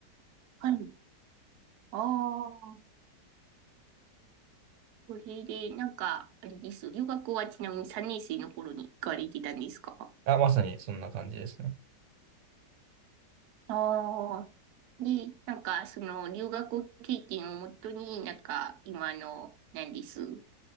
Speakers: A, on the right; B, on the right.
A: はい。ああ、それでなんか、あれです。留学はちなみに3年生の頃に行かれてたんですか
B: あ、まさにそんな感じですね。
A: ああ。で、なんか、その、留学経験をもとに、なんか、今の、何です。